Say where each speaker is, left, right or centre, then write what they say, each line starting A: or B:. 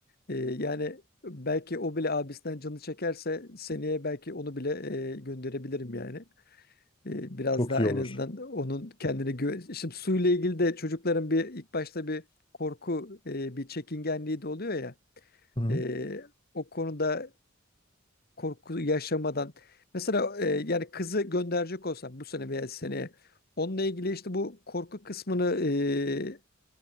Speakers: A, on the left; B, on the left.
A: E, yani belki o bile abisinden canı çekerse seneye belki onu bile e, gönderebilirim yani. E, biraz
B: Çok
A: daha
B: iyi olur.
A: en azından onun kendine güven... Şimdi suyla ilgili de çocukların bir ilk başta bir korku, e, bir çekingenliği de oluyor ya.
B: Hı.
A: E, o konuda korku yaşamadan mesela e, yani kızı gönderecek olsam bu sene veya seneye onunla ilgili işte bu korku kısmını e,